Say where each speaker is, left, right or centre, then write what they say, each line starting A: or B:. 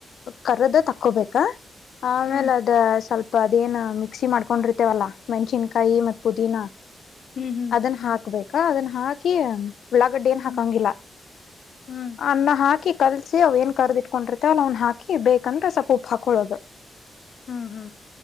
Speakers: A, on the left; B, on the left.
A: ಕರದ ತಕ್ಕೋಬೇಕಾ ಆಮೇಲೆ
B: ಹಾ
A: ಅದ ಸ್ವಲ್ಪ ಅದೇನ್ ಮಿಕ್ಸಿ ಮಾಡ್ಕೊಂಡಿರ್ತೇವಲ್ಲಾ ಮೆಣ್ಸಿನ್ಕಾಯಿ ಮತ್ ಪುದೀನಾ
B: ಹ್ಮ್ ಹ್ಮ್
A: ಅದನ್ ಹಾಕ್ಬೇಕಾ ಅದನ್ನ ಹಾಕಿ ಉಳ್ಳಾಗಡ್ಡ ಏನ್
B: ಹಾ
A: ಹಾಕಂಗಿಲ್ಲ
B: ಹ್ಮ್
A: ಅನ್ನ ಹಾಕಿ ಕಲ್ಸಿ ಅವ್ ಏನ್ ಕರ್ದಿಟ್ಕೊಂಡಿರ್ತ ಅಲ್ಲಿ ಅವನ್ ಹಾಕಿ ಬೇಕಂದ್ರೆ ಸ್ವಪ ಉಪ್ಪು ಹಾಕೊಳ್ಳೋದು
B: ಹಾ ಹಾ